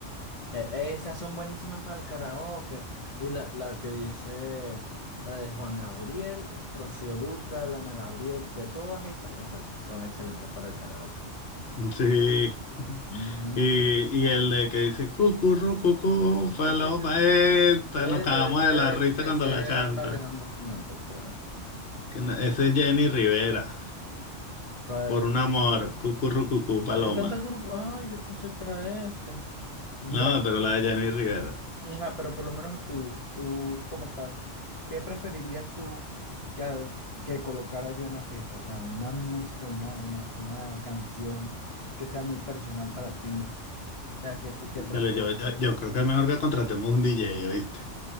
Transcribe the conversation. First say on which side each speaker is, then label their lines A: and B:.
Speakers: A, on the left; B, on the left.
A: E- e, esas son buenísimas para el karaoke. Y la, la que dice, la de Juan Gabriel, Rocío Dúrcal, Ana Gabriel, de todas esas, esas son excelentes para el karaoke.
B: Sí.
A: Ujú.
B: Y, y el de que dice cucurru cucú, falopa,
A: Ese,
B: esta,
A: ese,
B: nos cagamos
A: ese,
B: de la risa
A: ese
B: cuando la canta.
A: es Alejandro Fernández, creo.
B: Que no- Ese es Jenny Rivera,
A: ¿Cuál?
B: por un amor, cucurru cucú, paloma.
A: El que canta grupo. Ay, yo pensé que era este. Bueno,
B: No, pero la de Jenny Rivera.
A: ajá, pero por lo menos a tú, tú como tal, ¿qué preferirías tú que, a- que colocara yo en la fiesta? O sea, una música, una, una, una canción que sea muy personal para ti. O sea, ¿qué, qué
B: Cónchale,
A: prefieres?
B: Yo, yo,
A: ¿Cuál?
B: yo creo que es mejor que contratemos un DJ, ¿oíste?